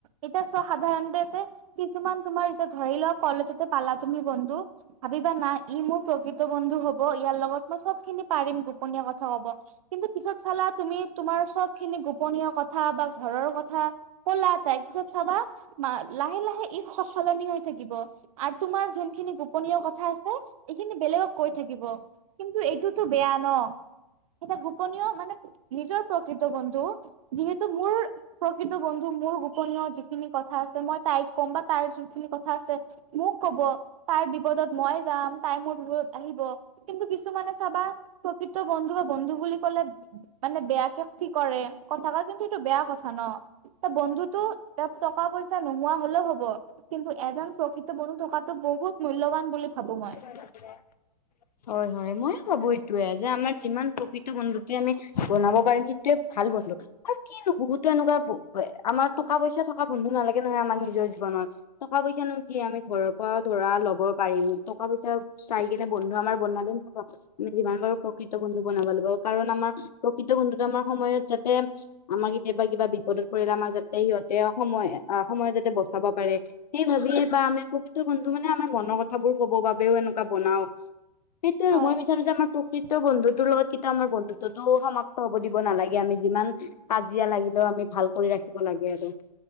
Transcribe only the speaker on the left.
<inaudible> হয়, হয় ময়ো ভাবো এইটয়ে যে আমাৰ যিমান প্ৰকৃত বন্ধুটোৱে আমি বনাব পাৰিম সেইটোৱে ভাল বন্ধু। আৰু কিনু বহুতো এনেকুৱা আমাৰ টকা পইচা থকা বন্ধু নালাগে তহে আমাক নিজৰ জীৱনত। টকা পইচা নো কি আমি ঘৰৰ পৰা ধৰা ল'ব পাৰিম। টকা পইচা চাই কিনে বন্ধু আমাৰ বনালে না আমি যিমান পাৰো প্ৰকৃত বন্ধু বনাব লাগিব। কাৰণ আমাৰ প্ৰকৃত বন্ধুত আমাৰ সময়ত যাতে আমাৰ কেতিয়াবা কিবা বিপদত পৰিলে আমাৰ যাতে সিহঁতে সময় সময় যাতে বচাব পাৰে সেই ভাবিয়ে বা আমি প্ৰকৃত বন্ধু মানে আমাৰ মনৰ কথাবোৰ ক'ব বাবেও এনেকুৱা বনাও সেইটোয় আৰু
মই বিচাৰো যে আমাৰ প্ৰকৃত বন্ধুতোৰ লগত কি আমাৰ বন্ধুত্বতো সমাপ্ত হব দিব নালাগে আমি যিমান কাজিয়া লাগিলেও আমি ভাল কৰি ৰাখিব লাগে আৰু